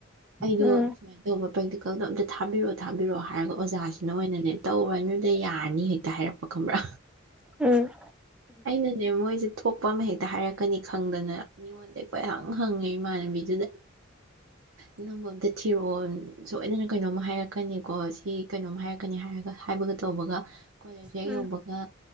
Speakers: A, on the right; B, in the centre.
A: ꯑꯩꯗꯣ
B: ꯎꯝ
A: ꯁꯨꯃꯥꯏꯅ ꯇꯧꯕ ꯄꯔꯦꯛ ꯀꯜꯗꯣ ꯑꯝꯇ ꯊꯥꯕꯤꯔꯛꯑꯣ ꯊꯥꯕꯤꯔꯛꯑꯣ ꯍꯥꯏꯔꯒ ꯑꯣꯖꯥꯁꯤꯅ ꯑꯣꯏꯅꯅꯦ ꯇꯧꯔꯅꯨꯗ ꯌꯥꯔꯅꯤ ꯍꯦꯛꯇ ꯍꯥꯏꯔꯛꯄ ꯈꯪꯕ꯭ꯔꯥ
B: ꯎꯝ
A: ꯑꯩꯅꯅꯦ ꯃꯣꯏꯁꯦ ꯊꯣꯛꯄ ꯑꯃ ꯍꯦꯛꯇ ꯍꯥꯏꯔꯛꯀꯅꯤ ꯈꯪꯗꯅ ꯑꯩꯉꯣꯟꯗ ꯑꯩꯈꯣꯏꯍꯪ ꯍꯪꯉꯦ ꯏꯃꯥꯟꯅꯕꯤꯗꯨꯗ
B: <unintelligible>
A: ꯑꯅꯝꯕ ꯑꯝꯇ ꯊꯤꯔꯣꯜ ꯁꯣꯏꯗꯅ ꯀꯩꯅꯣꯝ ꯍꯥꯏꯔꯛꯀꯅꯤꯀꯣ ꯁꯤ ꯀꯩꯅꯣꯝ ꯍꯥꯏꯔꯛꯀꯅꯤ ꯍꯥꯏꯔꯒ ꯍꯥꯏꯕꯒ ꯇꯧꯕꯒ ꯀꯣꯂꯦꯖꯇ ꯍꯦꯛ
B: ꯎꯝ
A: ꯌꯧꯕꯒ